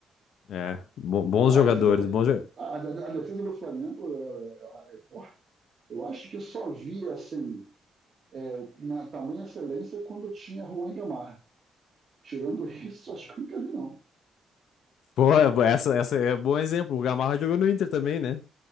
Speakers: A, on the left (about 80°); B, on the right (about 45°).
A: É, bo- bons
B: Não,
A: jogadores,
B: a defesa,
A: bons jogadores.
B: a, a- a defesa do Flamengo, é, porra, eu acho que eu só vi assim, é, na tamanha excelência quando tinha Juan Gamarra. Tirando isso, <laughs> acho que eu nunca vi, não.
A: Pô, essa, essa é bom exemplo. O Gamarra jogou no Inter também, né?